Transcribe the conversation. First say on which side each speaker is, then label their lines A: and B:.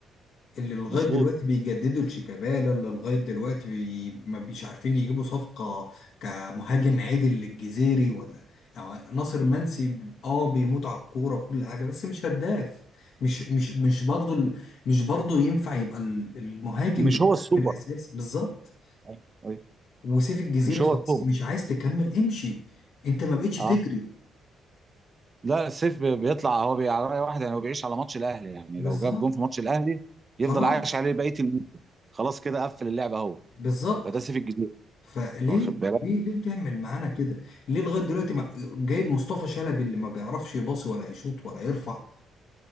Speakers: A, on the left; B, on the right.
A: اللي لغاية
B: مظبوط
A: دلوقتي بيجددوا لشيكابالا اللي لغاية دلوقتي بي... ما بيش عارفين يجيبوا صفقة كمهاجم عادل للجزيري ولا يعني ناصر منسي ب- اه بيموت على الكورة وكل حاجة بس مش هداف مش مش مش برضه ال- مش برضه ينفع يبقى ال- المهاجم
B: مش
A: بتاعك
B: هو السوبر
A: الأساسي بالظبط
B: أيوة، أيوة.
A: وسيف الجزيري
B: مش
A: خلاص
B: هو السوبر
A: مش عايز تكمل امشي انت ما بقتش
B: اه
A: تجري
B: لا السيف بي- بيطلع هو بي- على رأي واحد يعني هو بيعيش على ماتش الاهلي يعني
A: بالظبط
B: لو جاب جون في ماتش الاهلي يفضل
A: خلاص
B: عايش عليه بقيه الموسم خلاص كده قفل اللعبه هو
A: بالظبط
B: فده سيف الجزيرة
A: فليه
B: واخد بالك
A: ليه ليه تعمل معانا كده ليه لغايه دلوقتي ما جايب مصطفى شلبي اللي ما بيعرفش يباصي ولا يشوط ولا يرفع